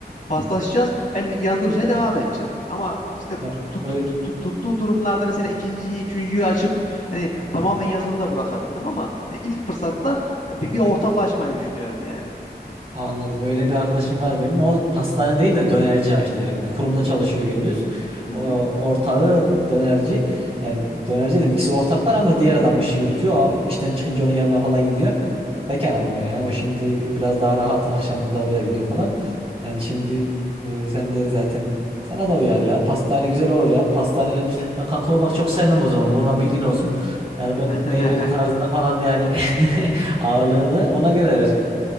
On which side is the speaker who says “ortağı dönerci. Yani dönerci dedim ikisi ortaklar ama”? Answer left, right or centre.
Right